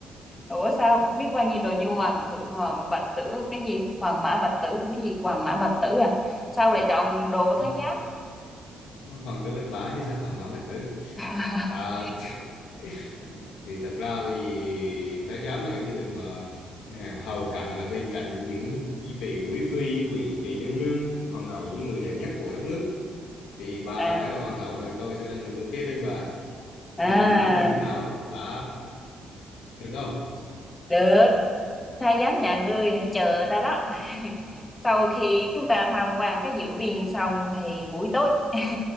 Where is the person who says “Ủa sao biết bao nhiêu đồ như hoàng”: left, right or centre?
Left